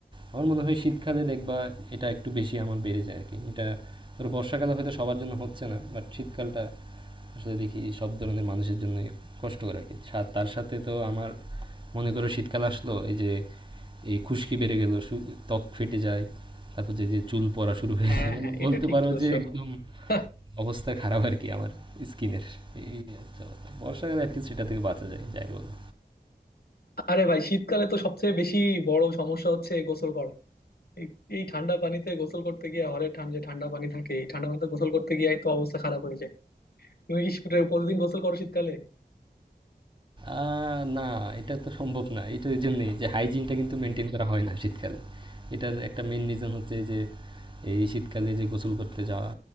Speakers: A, on the right; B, on the left.
A: আমার মনে হয় শীতকালে দেখবা এটা একটু বেশি আমার বেড়ে যায় আর কি এটা ধরো বর্ষাকালে হয়তো সবার জন্য হচ্ছে না বাট শীতকালটা আসলে দেখি সব ধরনের মানুষের জন্য কষ্টকর আর কি সা- তার সাথে তো আমার মনে করো শীতকাল আসলো এই যে এই খুশকি বেড়ে গেল, সু ত্বক ফেটে যায়। তারপর যে, যে চুল পড়া শুরু হয়ে
B: হ্যাঁ
A: যায় মানে
B: হ্যাঁ
A: বলতে
B: এটা ঠিক
A: পারো
B: বলেছো
A: যে একদম
B: <laughs>
A: অবস্থা খারাপ আরকি আমার স্কিনের। এই হচ্ছে অবস্থা। বর্ষাকালে এটলিস্ট এটা থেকে বাঁচা যায়, যাই বলো।
B: আরে ভাই শীতকালে তো সবচেয়ে বেশি বড় সমস্যা হচ্ছে গোসল করা এই এই ঠান্ডা পানিতে গোসল করতে গিয়ে হলে ঠান্ডা যে ঠান্ডা পানি থাকে এই ঠান্ডা পানিতে গোসল করতে গিয়ে তো অবস্থা খারাপ হয়ে যায় তুমি কি শীত- প্রতিদিন গোসল করো শীতকালে
A: আ না, এটা তো সম্ভব না। এটা এইজন্যেই যে হাইজিনটা কিন্তু মেইনটেইন করা হয় না শীতকালে। এটার একটা মেইন রিজন হচ্ছে এই যে এই শীতকালে যে গোসল করতে যাওয়া,